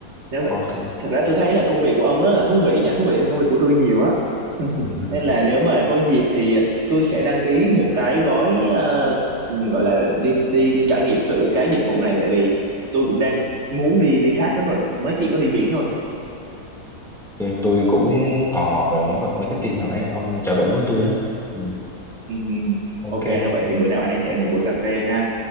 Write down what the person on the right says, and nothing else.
nếu vậy
thật ra tôi thấy là công việc của ông rất là thú vị nha thú vị hơn công việc của tôi nhiều á <laughs>
nên là nếu mà có dịp thì tôi sẽ đăng ký một cái gói ờ, gọi là đi đi đi trải nghiệm thử cái dịch vụ này tại vì tôi cũng đang muốn đi đi thác lắm rồi mới chỉ có đi biển thôi
Ừm,
ok nếu vậy thì bữa nào anh em hẹn một bữa cà phê ha